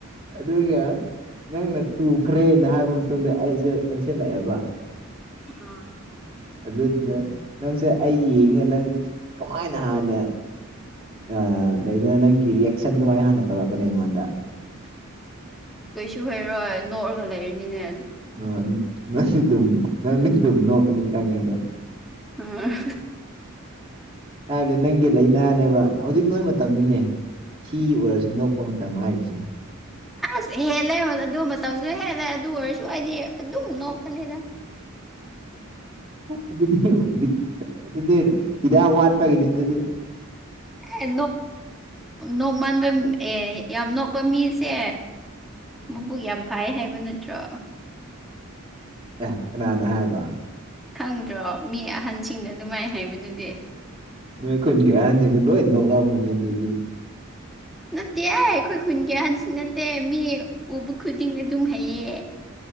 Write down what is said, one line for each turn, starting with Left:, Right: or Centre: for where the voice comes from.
Right: ꯑꯗꯨꯒ ꯅꯪꯅ ꯇꯨꯈ꯭ꯔꯦꯅ ꯍꯥꯏꯕ ꯃꯇꯨꯡꯗ ꯑꯩꯁꯦ ꯑꯣꯟꯁꯤꯜꯂꯛꯑꯦꯕ
Centre: ꯑꯥ
Right: ꯑꯗꯨꯗ ꯅꯪꯁꯦ ꯑꯩ ꯌꯦꯡꯉꯦ ꯅꯪ ꯀꯃꯥꯏꯅ ꯍꯥꯟꯅ ꯑ ꯂꯩꯗꯅ ꯅꯪꯒꯤ ꯔꯤꯌꯦꯁꯟ ꯀꯃꯥꯏꯅ ꯍꯥꯟꯅ ꯇꯧꯔꯛꯀꯅꯤ ꯑꯩꯉꯣꯟꯗ
Centre: ꯀꯩꯁꯨ ꯍꯩꯔꯣꯏ ꯅꯣꯛꯑꯒ ꯂꯩꯔꯤꯅꯤꯅꯦ
Right: ꯑ ꯅꯜꯂꯤꯗ ꯅꯜꯂꯤ ꯑꯗꯨꯝ ꯅꯣ ꯀꯅꯤ ꯀꯪꯉꯦꯕ
Centre: ꯎꯝ
Right: ꯍꯥꯏꯕꯗꯤ ꯅꯪꯒꯤ ꯂꯩꯅꯥꯅꯦꯕ ꯍꯧꯖꯤꯛ ꯅꯣꯏ ꯃꯇꯝꯅꯤꯅꯦ ꯊꯤ ꯑꯣꯏꯔꯁꯨ ꯅꯣꯛꯄ ꯃꯇꯝ ꯍꯥꯏꯔꯤꯁꯦ
Centre: ꯑꯁ ꯍꯦꯜꯂꯦ ꯑꯗꯨꯣ ꯃꯇꯝꯁꯨ ꯍꯦꯜꯂꯦ ꯑꯗꯨ ꯑꯣꯏꯔꯁꯨ ꯑꯩꯗꯤ ꯑꯗꯨꯝ ꯅꯣꯛꯄꯅꯤꯅ
Right: ꯑꯗꯨꯗꯤ ꯑꯗꯨꯗꯤ ꯍꯤꯗꯥꯛ ꯋꯥꯠꯄꯒꯤꯅꯦ ꯑꯗꯨꯗꯤ
Centre: ꯑꯦ ꯅꯣꯛ ꯃꯥꯟꯕ ꯑꯦ ꯌꯥꯝ ꯅꯣꯛꯄ ꯃꯤꯁꯦ
Right: ꯎꯝ
Centre: ꯕꯨ ꯌꯥꯝ ꯐꯥꯏ ꯍꯥꯏꯕ ꯅꯠꯇ꯭ꯔꯣ
Right: ꯑꯦ ꯀꯅꯥꯅ ꯍꯥꯏꯕ
Centre: ꯈꯪꯗ꯭ꯔꯣ ꯃꯤ ꯑꯍꯟꯁꯤꯡꯅ ꯑꯗꯨꯃꯥꯏꯅ ꯍꯥꯏꯕꯗꯨꯗꯤ
Right: ꯅꯣꯏ ꯈꯨꯟꯒꯤ ꯑꯍꯟꯁꯤꯡꯁꯨ ꯂꯣꯏ ꯅꯣꯛꯂꯝꯒꯅꯤ ꯑꯗꯨꯗꯤ
Centre: ꯎ ꯅꯠꯇꯦ ꯑ ꯑꯩꯈꯣꯏ ꯈꯨꯟꯒꯤ ꯑꯍꯟꯁꯤ ꯅꯠꯇꯦ ꯃꯤ ꯎꯕ ꯈꯨꯗꯤꯡ ꯑꯗꯨꯝ ꯍꯩꯌꯦ